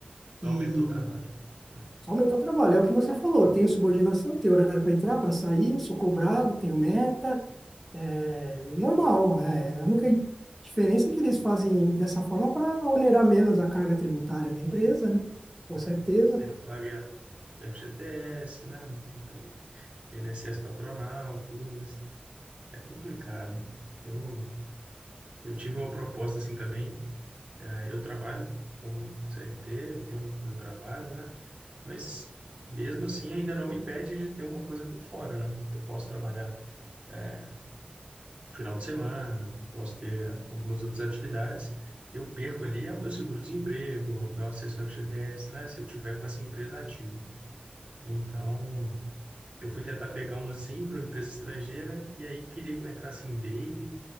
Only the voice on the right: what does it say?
Só
aumentou o trabalho. né?
né?
Aí não paga FGTS, né? Não tem INSS patronal, tudo. isso. É complicado. Eu, eu tive uma proposta assim também. eh, Eu trabalho como CLT, eu tenho meu trabalho, né? Mas mesmo assim ainda não me impede de ter uma coisa por fora, né? Eu posso trabalhar é, final de semana, posso ter algumas outras atividades. Eu perco ali é o meu seguro-desemprego, é o meu acesso ao FGTS, né? Se eu tiver com essa empresa ativa. Então, Eu fui tentar pegar uma assim para uma empresa estrangeira e aí queria que eu entrasse em daily,